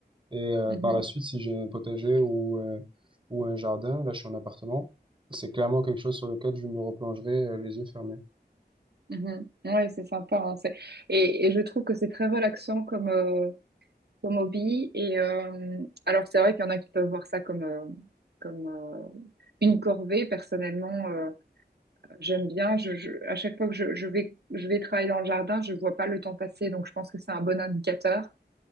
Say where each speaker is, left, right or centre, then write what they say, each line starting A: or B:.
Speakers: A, on the right; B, on the right.
A: Et euh,
B: mhm,
A: par la suite, si j'ai un potager ou, euh, ou un jardin, là, je suis en appartement, c'est clairement quelque chose sur lequel je me replongerai euh, les yeux fermés.
B: mhm. Ouais, c'est sympa. hein, c'est- Et, et je trouve que c'est très relaxant comme, euh, comme hobby. Et euh, alors, c'est vrai qu'il y en a qui peuvent voir ça comme, euh, comme euh, une corvée. Personnellement, euh, j'aime bien. Je, je- à chaque fois que je, je vais, je vais travailler dans le jardin, je vois pas le temps passer. Donc, je pense que c'est un bon indicateur.